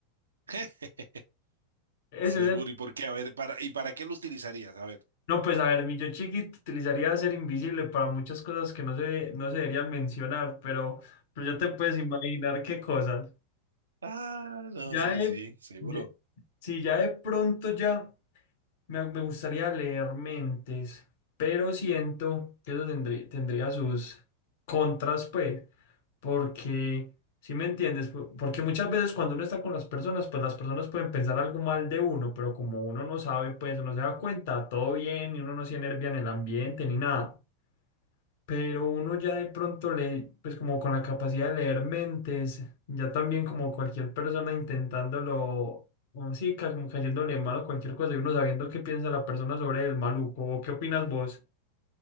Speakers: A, on the right; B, on the left.
A: <laughs>
B: Ese
A: Seguro.
B: es el...
A: ¿Y por qué? A ver, para, ¿y para qué lo utilizarías? A ver.
B: No, pues a ver, mi yo chiquito utilizaría ser invisible para muchas cosas que no se, no se deberían mencionar, pero, pero ya te puedes imaginar qué cosas.
A: Ah, no,
B: Ya
A: sí,
B: de,
A: sí, seguro.
B: ya- sí, ya de pronto ya. Me, me gustaría leer mentes, pero siento que eso tendría tendría, sus contras, pues, porque, si me entiendes, Po- porque muchas veces cuando uno está con las personas, pues las personas pueden pensar algo mal de uno, pero como uno no sabe, pues uno se da cuenta, todo bien, y uno no se enervia en el ambiente ni nada pero uno ya de pronto le, pues como con la capacidad de leer mentes, ya también como cualquier persona intentándolo, o sí, ca- como cayéndole mal o cualquier cosa, y uno sabiendo qué piensa la persona sobre el maluco, o qué opinas vos.